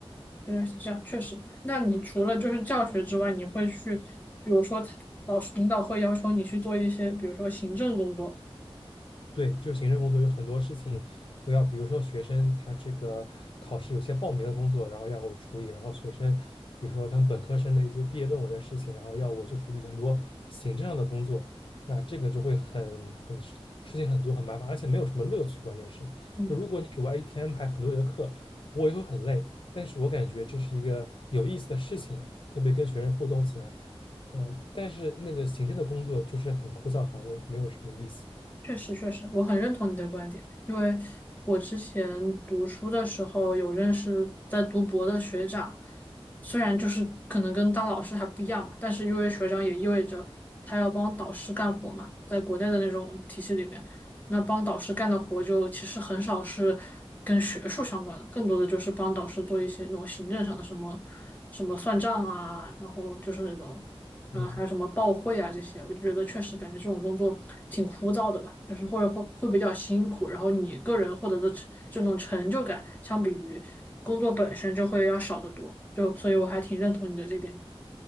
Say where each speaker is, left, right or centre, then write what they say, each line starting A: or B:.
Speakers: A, on the left; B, on the left.
A: 原来是这样，确实。那你除了就是教学之外，你会去，比如说老师领导会要求你去做一些，比如说行政工作。
B: 对，就是行政工作，有很多事情都要，比如说学生他这个考试有些报名的工作，然后要我处理，然后学生，比如说他们本科生的一些毕业论文的事情，然后要我去处理很多行政上的工作，那这个就会很很事事情很多，很麻烦，而且没有什么乐趣。关键是，
A: 嗯。
B: 就如果你给我一天安排很多节课，我也会很累，但是我感觉这是一个有意思的事情，特别跟学生互动起来，呃，但是那个行政的工作就是很枯燥乏味，没有什么意思。
A: 确实，确实，我很认同你的观点，因为我之前读书的时候有认识在读博的学长，虽然就是可能跟当老师还不一样嘛，但是因为学长也意味着他要帮导师干活嘛，在国内的那种体系里面，那帮导师干的活就其实很少是跟学术相关的，更多的就是帮导师做一些那种行政上的什么什么算账啊，然后就是那种嗯，
B: 嗯。
A: 还有什么报会啊这些，我就觉得确实感觉这种工作挺枯燥的吧，就是会会会比较辛苦，然后你个人获得的成这种成就感，相比于工作本身就会要少得多，就所以我还挺认同你的这点。